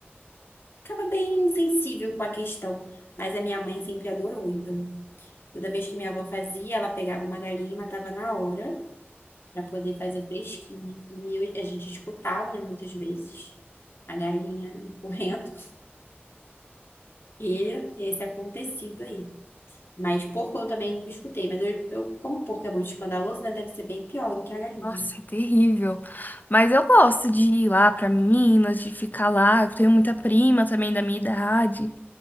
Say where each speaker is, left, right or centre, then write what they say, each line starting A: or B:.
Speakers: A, on the left; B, on the left.
A: Ficava bem sensível com a questão, mas a minha mãe sempre adorou, então. Toda vez que minha avó fazia, ela pegava uma galinha e matava na hora para poder fazer fresquinha. E eu- a gente escutava, né, muitas vezes a galinha correndo e esse acontecido aí. Mas porco eu também nunca escutei, mas eu, eu como porco é muito escandaloso, né, deve ser bem pior do que a galinha.
B: Nossa, é terrível. Mas eu gosto de ir lá pra Minas, de ficar lá. Eu tenho muita prima também da minha idade.